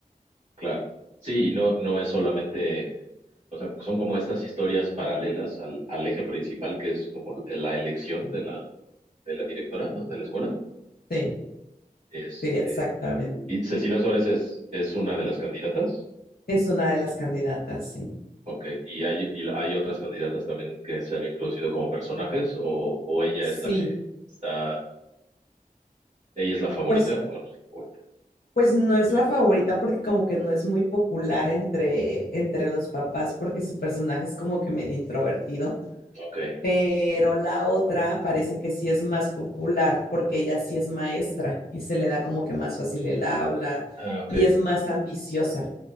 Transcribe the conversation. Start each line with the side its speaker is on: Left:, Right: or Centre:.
Right: claro. Sí, y no, no es solamente, o sea, son como estas historias paralelas al, al eje principal que es como la elección de la, de la directora, ¿no? De la escuela.
Left: Sí,
Right: Este,
Left: sí, exactamente.
Right: y Cecilia Suárez es, es una de las candidatas.
Left: Es una de las candidatas, sí.
Right: Ok, ¿y hay, y la- hay otras candidatas también que se han introducido como personajes o, o ella
Left: Sí,
Right: es la que está, ella es la favorita
Left: pues,
Right: o no es la favorita?
Left: pues no es la favorita porque como que no es muy popular entre, entre los papás porque su personaje es como que medio introvertido,
Right: Ok,
Left: pero la otra parece que sí es más popular porque ella sí es maestra y se le da como que más fácil el habla
Right: ah, ok,
Left: y es más ambiciosa.